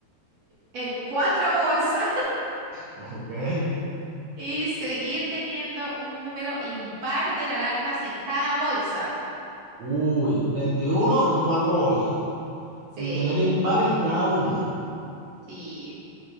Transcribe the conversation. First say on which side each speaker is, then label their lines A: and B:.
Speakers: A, on the right; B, on the right.
A: en cuatro bolsas
B: ok.
A: <laughs> y seguir teniendo un número impar de naranjas en cada bolsa?
B: Uy, 21 en cuatro bolsas
A: Sí,
B: y tener impar en cada una.
A: sí,